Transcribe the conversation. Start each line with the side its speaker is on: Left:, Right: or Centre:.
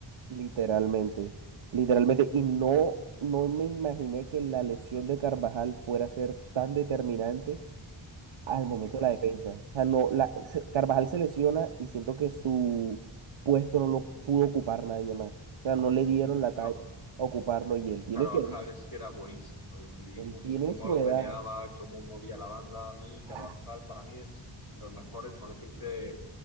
Right: Literalmente, literalmente, y no, no me imaginé que la lesión de Carvajal fuera a ser tan determinante al momento
Left: Ujú.
Right: de la defensa. O sea, no, la, se- Carvajal se lesiona y siento que su puesto no lo pudo ocupar nadie más. O sea, no le dieron la
Left: No,
Right: talla a ocuparlo y él tiene
Left: Carvajal
Right: su edad.
Left: es que era buenísimo. Y
Right: Él
Left: uf,
Right: tiene
Left: cómo
Right: su
Left: lo
Right: edad.
Left: peleaba, cómo movía la banda. A mí, Carvajal
Right: Ah,
Left: para mí es de los mejores, cuando se dice